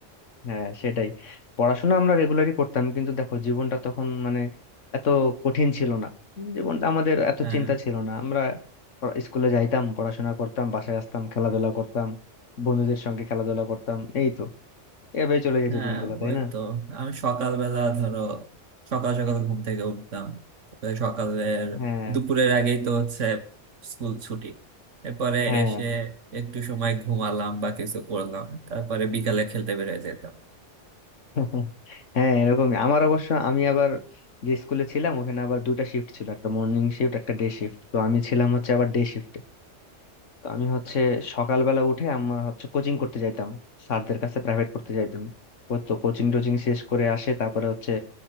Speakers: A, on the left; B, on the right.
A: হ্যাঁ সেটাই পড়াশোনা আমরা রেগুলারই করতাম কিন্তু দেখো জীবনটা তখন মানে এত কঠিন ছিল না জীবনটা আমাদের এত
B: হ্যাঁ,
A: চিন্তা ছিল না আমরা পড়া- স্কুলে যাইতাম পড়াশোনা করতাম বাসায় আসতাম খেলাধুলা করতাম বন্ধুদের সঙ্গে খেলাধুলা করতাম এই তো এভাবে চলে যেত
B: হ্যাঁ
A: দিনগুলো তাই
B: ওই
A: না
B: তো আমি সকালবেলা ধরো সকাল সকাল ঘুম থেকে উঠতাম তারপরে সকালের
A: হ্যাঁ
B: দুপুরের আগেই তো হচ্ছে স্কুল ছুটি এরপরে
A: হ্যাঁ
B: এসে একটু সময় ঘুমালাম বা কিছু করলাম তারপরে বিকালে খেলতে বেরিয়ে যেতাম
A: <laughs> হ্যাঁ এরকমই আমার অবশ্য আমি আবার যে স্কুলে ছিলাম ওখানে আবার দুটা শিফট ছিল একটা মর্নিং শিফট একটা ডে শিফট তো আমি ছিলাম হচ্ছে আবার ডে শিফট তো আমি হচ্ছে সকালবেলা উঠে আমরা হচ্ছে কোচিং করতে যাইতাম স্যারদের কাছে প্রাইভেট পড়তে যাইতাম ও তো কোচিং টোচিং শেষ করে আসে তারপরে হচ্ছে